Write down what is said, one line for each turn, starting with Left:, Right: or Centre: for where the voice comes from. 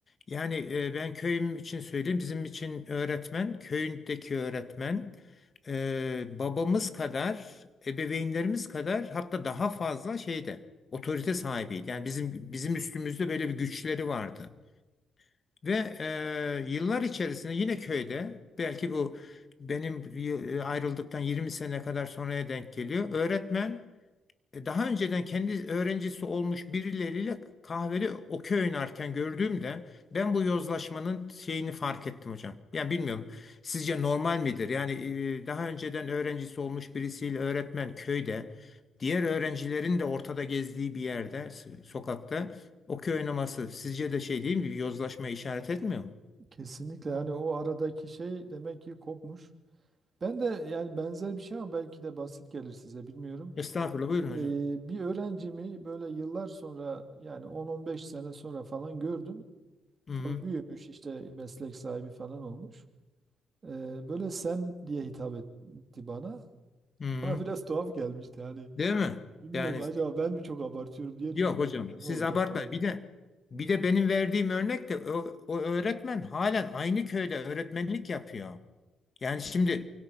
Left: Yani e, ben köyüm için söyleyeyim, bizim için öğretmen, köyündeki öğretmen e, babamız kadar, ebeveynlerimiz kadar hatta daha fazla şeyde otorite sahibiydi. Yani bizim bizim üstümüzde böyle bir güçleri vardı. Ve e, yıllar içerisinde yine köyde belki bu benim y- ayrıldıktan 20 sene kadar sonraya denk geliyor. Öğretmen e, Daha önceden kendi öğrencisi olmuş birileriyle kahveli okey oynarken gördüğümde ben bu yozlaşmanın şeyini fark ettim hocam. Yani bilmiyorum sizce normal midir? Yani e, daha önceden öğrencisi olmuş birisiyle öğretmen köyde diğer öğrencilerin de ortada gezdiği bir yerde s- sokakta okey oynaması sizce de şey değil mi? Bir yozlaşma işaret etmiyor mu?
Right: Kesinlikle hani o aradaki şey demek ki kopmuş. Ben de yani benzer bir şey ama belki de basit gelir size bilmiyorum.
Left: Estağfurullah buyurun
Right: E,
Left: hocam.
Right: bir öğrencimi böyle yıllar sonra yani 10-15 sene sonra falan gördüm.
Left: Hı hı.
Right: Tabii büyümüş işte meslek sahibi falan olmuş. E, böyle sen diye hitap etti bana. <laughs>
Left: Hı hı.
Right: Bana biraz tuhaf gelmişti hani.
Left: Değil mi?
Right: Bilmiyorum
Left: Yani
Right: acaba ben mi çok abartıyorum diye
Left: Yok
Right: düşünmüştüm.
Left: hocam
Right: Ya ne
Left: siz
Right: olacak
Left: abartmayın.
Right: falan. dedim.
Left: Bir de bir de benim verdiğim örnek de o, o öğretmen halen aynı köyde öğretmenlik yapıyor. Yani şimdi
Right: Lan.